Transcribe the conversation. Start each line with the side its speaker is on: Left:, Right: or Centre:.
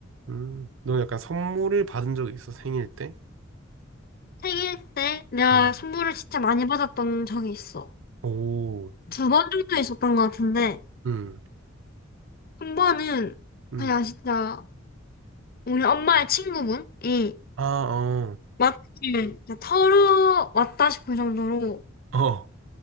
Right: 음, 너 약간 선물을 받은 적이 있어, 생일 때?
Left: 생일 때 내가
Right: 음.
Left: 선물을 진짜 많이 받았던 적이 있어.
Right: 오,
Left: 두 번 정도 있었던 것 같은데,
Right: 음,
Left: 한 번은
Right: 음.
Left: 그냥 진짜 우리 엄마의 친구분이
Right: 아, 어,
Left: 마트를 진짜 털어왔다 싶을 정도로
Right: 어,